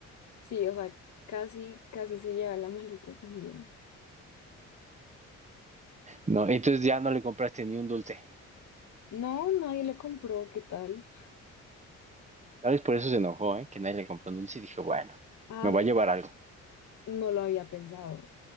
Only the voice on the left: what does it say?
sí, o sea, casi, casi se lleva la maleta también.
No, nadie le compró, ¿qué tal?
Ah,
no lo había pensado,